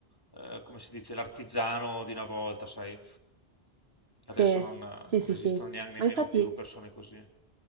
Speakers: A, on the left (about 20°); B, on the right (about 75°).
A: eh, come si dice l'artigiano di una volta, sai? Adesso
B: Sì,
A: non, non
B: sì, sì,
A: esistono
B: sì.
A: neanche nemmeno
B: Ma infatti
A: più persone così.